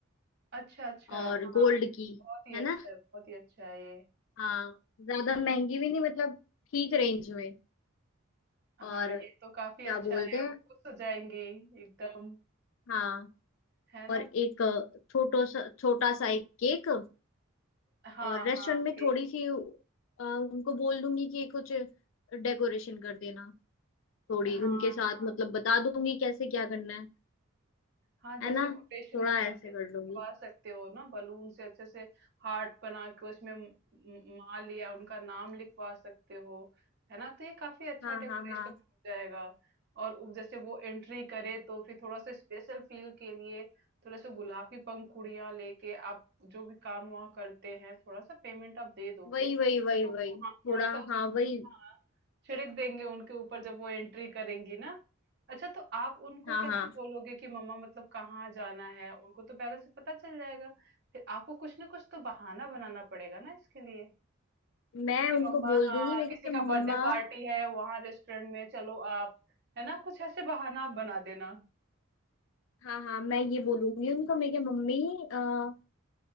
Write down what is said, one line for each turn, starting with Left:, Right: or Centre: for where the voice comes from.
Right: अच्छा अच्छा
Left: और
Right: हाँ
Left: गोल्ड
Right: ये
Left: की
Right: बहुत ही
Left: है
Right: अच्छा
Left: ना
Right: है बहुत ही अच्छा है ये
Left: हाँ ज्यादा महंगी भी नहीं मतलब ठीक रेंज में
Right: हाँ
Left: और
Right: ये
Left: क्या
Right: तो काफी अच्छा
Left: बोलते
Right: है
Left: हैं
Right: वो खुश हो जाएंगी एकदम
Left: हाँ
Right: है ना
Left: और एक छोटो सा छोटा सा एक केक
Right: हाँ
Left: और रेस्टोरेंट
Right: हाँ
Left: में
Right: केक
Left: थोड़ी सी अ, उनको बोल दूंगी कि कुछ डेकोरेशन कर देना थोड़ी
Right: हाँ
Left: उनके साथ
Right: हाँ
Left: मतलब बता दूंगी कैसे क्या करना है
Right: हाँ, जैसे
Left: है ना
Right: कोटेशन
Left: थोड़ा
Right: वगैरह
Left: ऐसे
Right: भी करवा
Left: कर लूंगी
Right: सकते हो ना बलून से अच्छे से हार्ट बना के उसमें म- म- माँ लिया उनका नाम लिखवा सकते हो है ना तो ये काफी अच्छा
Left: हाँ
Right: डेकोरेशन
Left: हाँ हाँ
Right: हो जाएगा और उ- जैसे वो एंट्री करे तो फिर थोड़ा सा स्पेशल फील के लिए थोड़ा सा गुलाब की पंखुड़ियां लेके आप जो भी काम वहाँ करते हैं थोड़ा सा पेमेंट आप दे दोगे
Left: वही वही वही
Right: तो
Left: वही
Right: वो हाँ
Left: थोड़ा
Right: थोड़ा सा उस-
Left: हाँ वही
Right: हाँ छिड़क देंगे उनके ऊपर जब वो एंट्री करेंगी ना अच्छा तो आप उनको
Left: हाँ
Right: कैसे
Left: हाँ
Right: बोलोगे कि मम्मा मतलब कहाँ जाना है? उनको तो पहले से पता चल जाएगा। फिर आपको कुछ ना कुछ तो बहाना बनाना पड़ेगा ना इसके लिए
Left: मैं उनको
Right: कि मम्मा
Left: बोल
Right: हाँ,
Left: दूंगी मेरे
Right: किसी
Left: के
Right: का
Left: मम्मा
Right: बर्थडे पार्टी है वहाँ रेस्टोरेंट में चलो आप, है ना? कुछ ऐसे बहाना आप बना देना।
Left: हाँ हाँ मैं ये बोलूंगी उनको मेरे के मम्मी आ, आ,